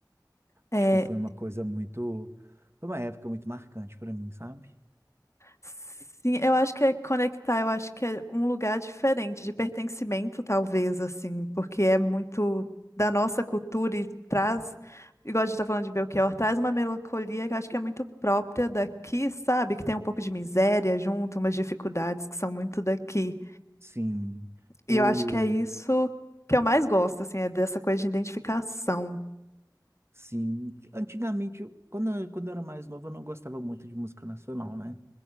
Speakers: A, on the left (about 40°); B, on the right (about 35°).
A: É,
B: Acho que foi uma coisa muito, foi uma época muito marcante para mim, sabe?
A: Sim, eu acho que é conectar, eu acho que é um lugar diferente, de pertencimento, talvez, assim, porque é muito da nossa cultura e traz, igual a gente tá falando de Belchior, traz uma melancolia que eu acho que é muito própria daqui, sabe? Que tem um pouco de miséria junto, umas dificuldades que são muito daqui.
B: Sim. O...
A: E eu acho que é isso que eu mais gosto, assim, é dessa coisa de identificação.
B: Sim. Antigamente, eu- quando eu, quando eu era mais novo, eu não gostava muito de música nacional, né?